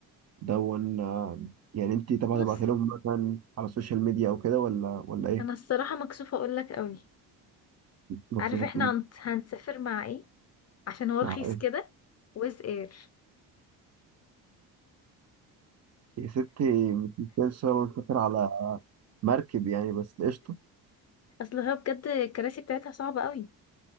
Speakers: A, on the right; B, on the left.
A: دون آه، يعني انت طبعا
B: بص
A: هتبعتي لهم مثلا على السوشيال ميديا او كده ولا ولا ايه
B: انا الصراحه مكسوفه اقول لك قوي
A: المقصود
B: عارف
A: هتقولي
B: احنا هنت- هنسافر مع ايه عشان هو رخيص
A: مع ايه
B: كده ويز اير
A: يا ستي مش مسافر سافر على مركب يعني بس قشطه
B: اصل هو بجد الكراسي بتاعتها صعبه قوي